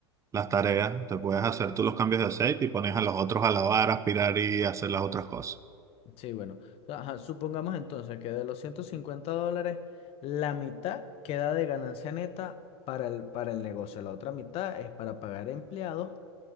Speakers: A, on the right; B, on the left.
A: las tareas, te puedes hacer tú los cambios de aceite y pones a los otros a lavar, aspirar y hacer las otras cosas.
B: Sí, bueno. Ajá, supongamos entonces que de los 150 dólares, la mitad queda de ganancia neta para el, para el negocio. La otra mitad es para pagar empleados